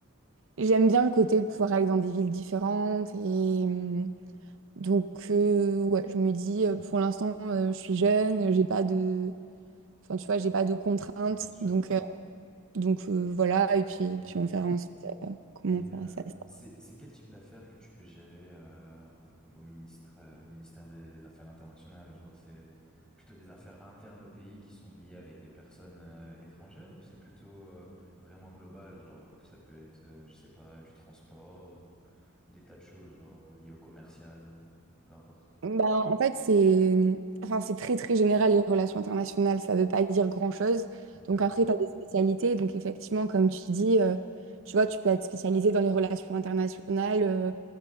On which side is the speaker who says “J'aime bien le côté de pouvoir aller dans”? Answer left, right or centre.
Right